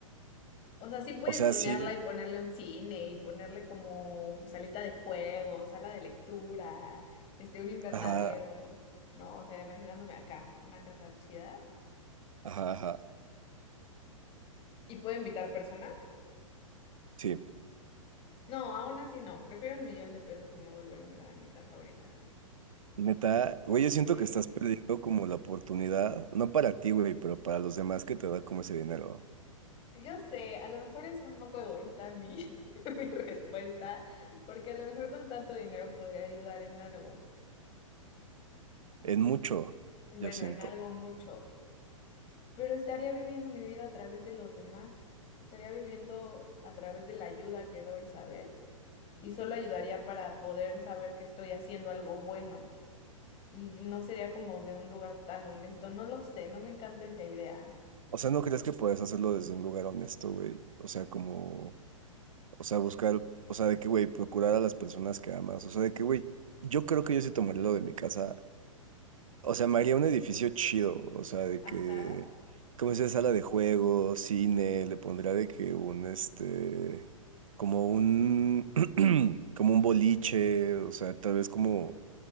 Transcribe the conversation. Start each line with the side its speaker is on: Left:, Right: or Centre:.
Left: O sea, sí puedes
Right: o sea,
Left: tunearla
Right: sí,
Left: y ponerle un cine y ponerle como salita de juego, sala de lectura, este, un invernadero,
Right: ajá,
Left: ¿no? O sea, imaginándome acá, una casa chida.
Right: ajá, ajá,
Left: ¿Y puedo invitar personas?
Right: sí,
Left: No, aún así no. Prefiero un millón de pesos y no volver a entrar a mi casa ahorita.
Right: neta, güey, yo siento
Left: Sí.
Right: que estás perdiendo como la oportunidad, no para ti, güey, pero para los demás que te da como ese dinero,
Left: Yo sé, a lo mejor es un poco egoísta mi, <laughs> mi respuesta, porque a lo mejor con tanto dinero podría ayudar en algo.
Right: en mucho,
Left: Bueno,
Right: yo siento.
Left: en algo mucho. pero estaría viviendo mi vida a través de los demás, estaría viviendo a través de la ayuda que doy, ¿sabes? Y solo ayudaría para poder saber que estoy haciendo algo bueno y no sería como de un lugar tan honesto, no lo sé, no me encanta esa idea.
Right: O sea, ¿no crees que puedes hacerlo desde un lugar honesto, güey? O sea, como, o sea, buscar, o sea, de que, güey, procurar a las personas que amas, o sea, de que, güey, yo creo que yo sí tomaría lo de mi casa O sea, me haría un edificio chido, o sea, de
Left: Ajá.
Right: que, como sea, sala de juegos, cine, le pondría de que un, este, como un, <clears throat> como un boliche, o sea, tal vez como,